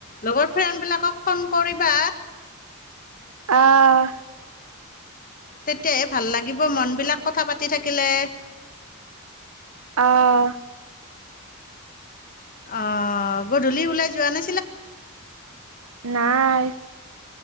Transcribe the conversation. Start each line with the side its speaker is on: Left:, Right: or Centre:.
Left: লগৰ ফ্ৰেণ্ডবিলাকক ফোন কৰিবা।
Right: আহ
Left: তেতিয়াহে ভাল লাগিব মনবিলাক কথা পাতি থাকিলে।
Right: অহ
Left: অ গধূলি ওলাই যোৱা নে?
Right: নাই।